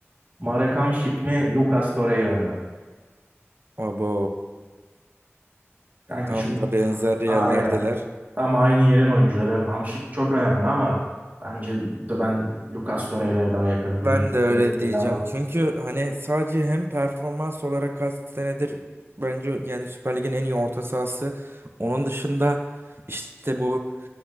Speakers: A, on the right (about 35°); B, on the right (about 55°).
A: Marekam Şik mi, Lucas Torreira mı?
B: Abo.
A: Kanka
B: Tam
A: şimdi
B: da benzer
A: <laughs>
B: yerlerdeler.
A: aynen. Tam aynı yerin oyuncuları. Hamşik çok önemli ama bence burada ben Lucas Torreira'ya daha yakınım. Bilmiyorum
B: Ben de öyle
A: senin fikrin
B: diyeceğim.
A: ama.
B: Çünkü hani sadece hem performans olarak kaç senedir bence yani Süper Lig'in en iyi orta sahası. Onun dışında işte bu